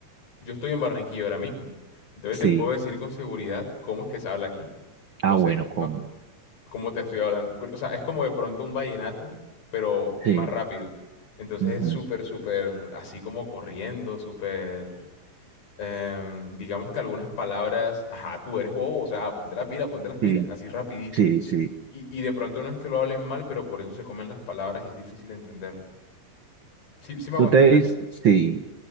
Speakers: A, on the left (about 80°); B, on the right (about 70°).
A: Yo estoy en Barranquilla ahora mismo. Entonces
B: Sí,
A: te puedo decir con seguridad cómo es que se habla aquí.
B: ah,
A: No sé,
B: bueno, con,
A: no, cómo te estoy hablando. pero, o sea, es como de pronto un vallenato, pero
B: sí,
A: más rápido. Entonces
B: ujú,
A: es súper, súper así como corriendo, súper... em, digamos que algunas palabras, ajá, tú eres bobo, o sea, ponte la pila, ponte las pilas,
B: Sí,
A: así rapidito.
B: sí, sí.
A: Y, y de pronto no es que lo hablen mal, pero por eso se comen las palabras y es difícil entenderlo. Sí, sí me hago
B: Tú
A: entender.
B: te diste, sí,